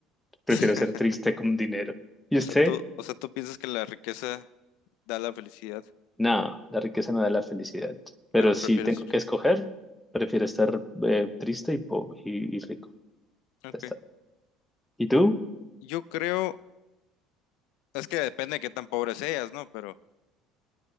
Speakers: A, in the centre; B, on the left.
A: Prefiero
B: <laughs>
A: ser triste con dinero. ¿Y
B: O
A: usted?
B: sea, tú, o sea, tú piensas que la riqueza da la felicidad,
A: No, la riqueza no da la felicidad. Pero
B: pero prefieres
A: si tengo
B: rico.
A: que escoger, prefiero estar eh, triste y pobre y, y rico.
B: Ok.
A: Ya está. ¿Y tú?
B: Yo creo Es que depende de qué tan pobre seas, ¿no? Pero,